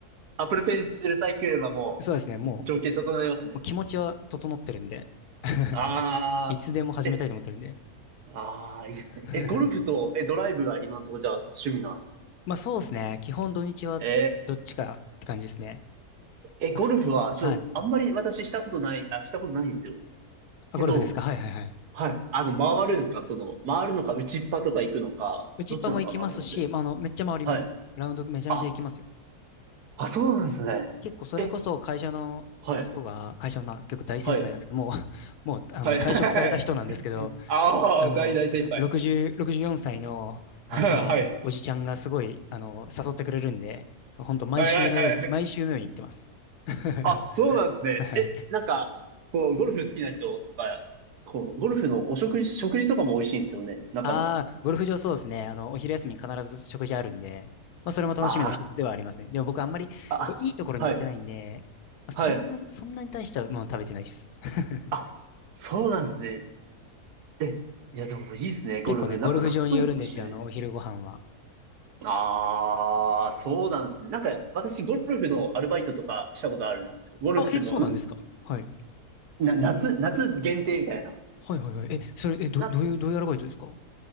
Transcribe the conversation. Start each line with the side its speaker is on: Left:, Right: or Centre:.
Right: アップルペンシルさえ来ればも
Left: そうですね、もう、も
Right: う、条件整えますね。
Left: う気持ちは整ってるんで、<laughs>
Right: ああ、
Left: いつでも始めたいと思ってるんで。
Right: えああ、いいですね。
Left: <laughs>
Right: え、ゴルフと、え、ドライブが今のところじゃあ趣味なんですか
Left: まあ、そうですね。基本土日はどっちかって感じですね。
Right: えー、え、
Left: あ
Right: ゴルフは、ちょ、
Left: はい。
Right: あんまり私したことない、あ、したことないんですよ。
Left: あ、
Right: けど、
Left: ゴルフですか。はいはいはい。
Right: はい。あの、回るんですかその、回るのか、打ちっぱとか行くのか、
Left: 打ちっぱも行きますし、
Right: どっちなのかなと思って。
Left: まあ、あの、めっちゃ回ります。
Right: はい。
Left: ラウンドめちゃめちゃ行きますよ。
Right: あ、あ、そうなんですね。
Left: 結構それこそ会社の人が、
Right: え、はい、
Left: 会社のまあ結構大先輩なんですけど、
Right: はい、
Left: もう、<laughs> もうあの退職された人なんですけど、
Right: はい。<laughs> ああ、
Left: そあの、
Right: 大大先輩。
Left: 60、64歳の、
Right: <laughs> はい、
Left: あの、
Right: はい、
Left: おじちゃんがすごい、あの、誘ってくれるんで、本当毎週のように、
Right: はい、はい、はい。
Left: 毎週のように行ってます。
Right: あ、
Left: <laughs>
Right: そうなんですね。
Left: はい
Right: え、なんか、こう、ゴルフ好きな人とか、こう、ゴルフのお食事、食事とかも美味しいんですよね、中の。
Left: ああ、ゴルフ場そうですね。あの、お昼休み必ず食事あるんで、まあ、それも楽しみの一つではありますね。
Right: あ
Left: でも僕あんまり、
Right: あ、
Left: こう、いいところに行ってないんで、
Right: あ、はい、
Left: まあ、そんなに、
Right: はい。
Left: そんなに大したもの食べてないです。<laughs>
Right: あ、そうなんですね。え、いや、でもいいですね、ゴルフ。
Left: 結構ね、ゴルフ場によるんですよ、
Right: なんかかっこいいですもん、趣味。
Left: あの、お昼ご飯は。
Right: ああ、そうなんですね。なんか、私、ゴルフのアルバイトとかしたことあるんですよ。ゴルフの、
Left: あ、え、そうなんですか。
Right: ん
Left: はい。
Right: な、夏、夏限定みたいな。
Left: はいはいはい。え、それ、え、ど、
Right: な、
Left: どういう、どういうアルバイトですか